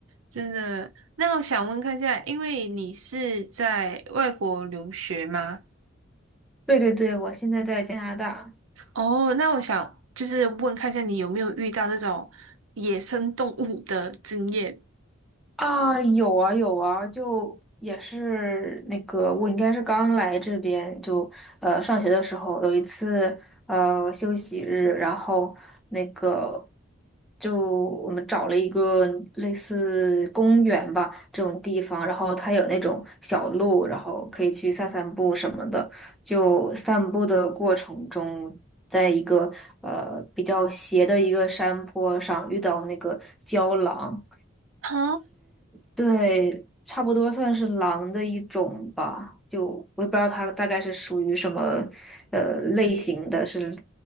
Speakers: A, on the right; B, in the centre.
A: 真的，那我想问看一下，因为你是在外国留学吗？
B: 对对对，我现在在加拿大。
A: 哦，那我想就是问看一下，你有没有遇到这种野生动物的经验？
B: 啊，有啊有啊，就也是那个，我应该是刚来这边，就呃上学的时候有一次呃休息日，然后那个就我们找了一个类似公园吧这种地方，然后它有那种小路，然后可以去散散步什么的。就散步的过程中，在一个呃比较斜的一个山坡上遇到那个郊狼。
A: 啊，
B: 对，差不多算是狼的一种吧，就我也不知道它大概是属于什么呃类型的是，